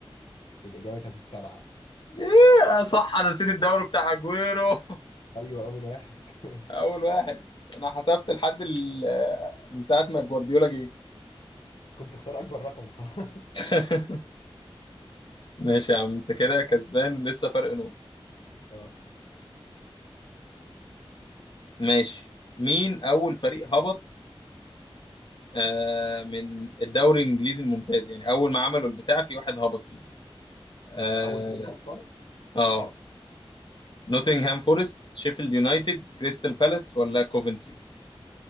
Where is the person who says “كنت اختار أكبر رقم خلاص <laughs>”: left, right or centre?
Left